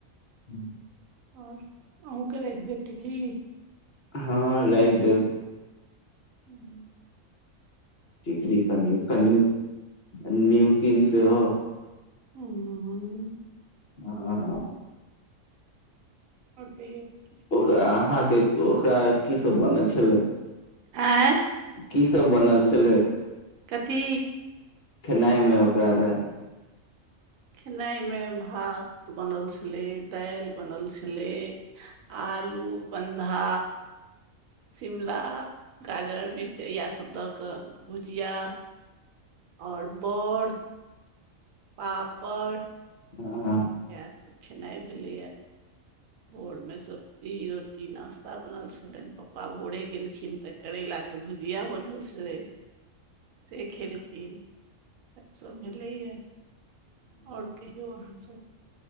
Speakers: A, on the left; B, on the right.
A: हूँ।
B: आओर अहूँके राखि देब टिफि
A: हँ राखि देब।
B: हूँ उ
A: टिकरी कनिए कनिए नीमकिन सेहो
B: ऊं <inaudible>
A: हँ
B: और <unintelligible> किछ
A: ओ अहाँके कि ओकरा की सब बनल छलै
B: ऐ
A: की सब बनल छलै
B: कथी
A: खेनाइ मे ओकरा आरके
B: खेनाइमे भात बनल छलै दाल बनल छलै आलू बन्धा शिमला गाजर मिर्चाइ सभ द क भुजिया आओर बड़ पापड़
A: हँ
B: इएह सब खेनाइ भेलैए है भोरमे ईरोट <unintelligible> की नश्ता बनल छलनि पप्पा भोरे गेलखिन तऽ करैलाके भुजिया बनल छलै से खेलखिन से सभ भेलैए आओर कहियौ अहाँ सब